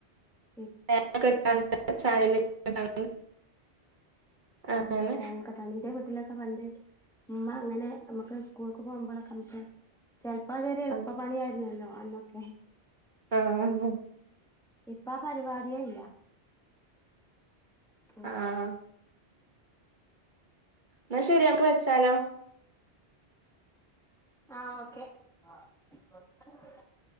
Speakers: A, in the centre; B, on the right.
A: ഇ
B: <unintelligible> അങ്ങനെ
A: ആഹ് ന്നാ തേങ്ങക്കെട്ടാണ്ട്‌ എന്റെ വീട്ടിലൊക്കെ പണ്ട് ഉമ്മ അങ്ങനെ നമുക്ക് സ്കൂൾക്ക് പോകുമ്പോളൊക്ക നമുക്ക് ചെലപ്പ അതൊരു എളുപ്പപ്പണിയാരുന്നല്ലോ
B: ആഹ്
A: അന്നൊക്കെ
B: ആഹ്
A: ഇപ്പ ആ പരിപാടിയെ ഇല്ല ഉം
B: ആഹ് എന്നാ ശരി നമുക്ക് വെച്ചാലോ
A: ആഹ് ഓക്കെ ആഹ് <unintelligible>